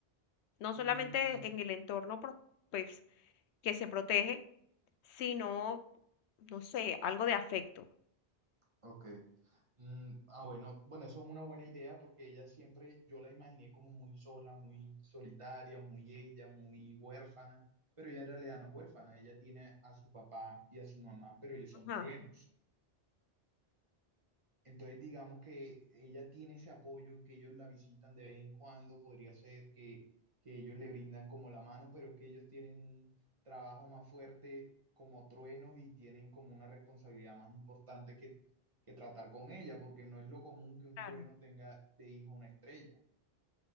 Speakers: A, on the left; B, on the right.
A: No
B: Mm,
A: solamente en el entorno, pro- pues, que se protege, sino, no sé, algo de afecto.
B: Ok. Mm, ah, bueno, bueno, eso es una buena idea porque ella siempre, yo la imaginé como muy sola, muy solitaria, muy ella, muy huérfana, pero ella en realidad no es huérfana, ella tiene a su papá y a su mamá, pero ellos son
A: Ajá,
B: truenos. Entonces, digamos que ella tiene ese apoyo, que ellos la visitan de vez en cuando, podría ser que, que ellos le brindan como la mano, pero es que ellos tienen un trabajo más fuerte como truenos y tienen como una responsabilidad más importante que, que tratar con ella, porque no es lo común que un
A: claro.
B: trueno tenga de hijo una estrella.